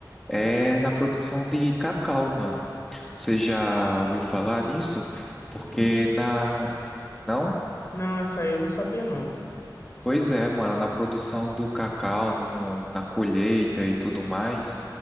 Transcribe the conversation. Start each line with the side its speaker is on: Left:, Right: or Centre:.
Centre: é na produção de cacau, mano. Você já ouviu falar nisso? Porque
Left: Hum,
Centre: na. Não?
Left: não, essa aí eu não sabia não.
Centre: Pois é, mano, na produção do cacau, no- na colheita e tudo mais,